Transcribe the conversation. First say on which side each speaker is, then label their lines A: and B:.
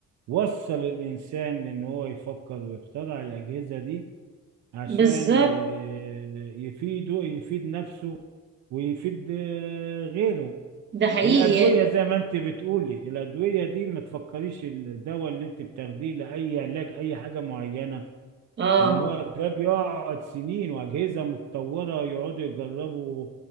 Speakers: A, on the right; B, on the right.
A: وصل الإنسان إن هو يفكر ويخترع الأجهزة دي عشان
B: بالظبط
A: ي- يفيده يفيد نفسه ويفيد آه، غيره
B: ده حقيقي
A: الأدوية زي ما أنت بتقولي الأدوية دي ما تفكريش الدواء اللي أنت بتاخديه لأي علاج أي حاجة معينة
B: اه
A: إن هو ده بيقعد سنين وأجهزة متطورة يقعدوا يجربوا